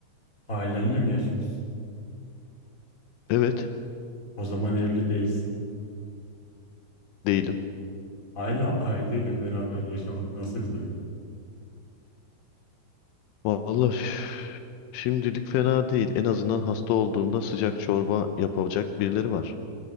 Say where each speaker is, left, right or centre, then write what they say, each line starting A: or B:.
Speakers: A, on the left; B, on the left.
A: Ailenle mi yaşıyorsun?
B: Evet
A: O zaman evli değilsin.
B: değilim.
A: Hala aileyle beraber yaşamak nasıl bir duygu?
B: Vallahi Valla şimdilik fena değil. En azından hasta olduğumda sıcak çorba yapacak birileri var.